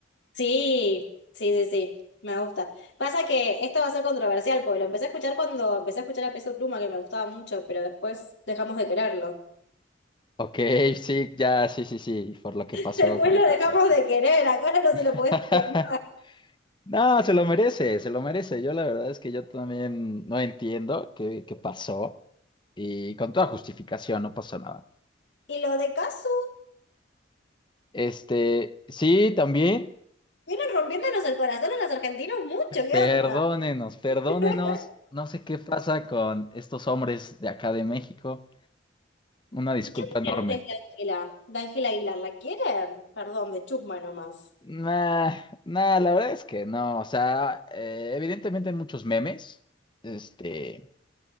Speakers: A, on the left; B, on the left.
A: Sí, sí, sí, sí, me gusta. Pasa que esto va a ser controversial, porque lo empecé a escuchar cuando empecé a escuchar a Peso Pluma, que me gustaba mucho, pero después dejamos de quererlo.
B: Ok, sí, ya, sí, sí, sí, por lo que
A: <laughs>
B: pasó,
A: Después
B: por lo
A: lo
B: que
A: dejamos
B: pasó.
A: de querer, ahora no no se
B: <laughs>
A: lo puede escuchar más.
B: No, se lo merece, se lo merece. Yo la verdad es que yo también no entiendo qué, qué pasó y con toda justificación no pasó nada.
A: Y lo de Cazzu,
B: Este, sí, también,
A: vienen rompiéndonos el corazón a los argentinos mucho, ¿qué
B: perdónenos,
A: onda?
B: perdónenos.
A: <laughs>
B: No sé qué pasa con estos hombres de acá de México. Una disculpa
A: ¿Qué opinan
B: enorme.
A: ustedes de Ángela? ¿De Ángela Aguilar? ¿La quieren? Perdón, de chusma nomás.
B: Nah, nah, la verdad es que no. O sea, eh, evidentemente hay muchos memes. Este.